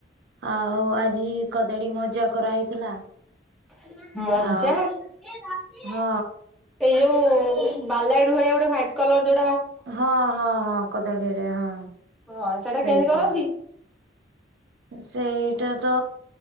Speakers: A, on the right (about 75°); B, in the centre.
A: ଆଉ ଆଜି କଦଳୀ ମଜା କରାହେଇଥିଲା।
B: ମଞ୍ଜା ଏଇ
A: ଆଉ
B: ଯୋଉ ବାରଲାଇଟ
A: ହଁ
B: ଭଳିଆ ଗୋଟେ ହ୍ୱାଇଟ କଲର ଯୋ
A: ହଁ ହଁ ହଁ କଦଳୀରେ ହଁ।
B: ହଁ ସେଟା
A: ସେଇଟା।
B: କେନ୍ତି କରନ୍ତି?
A: ସେଇଟା ତ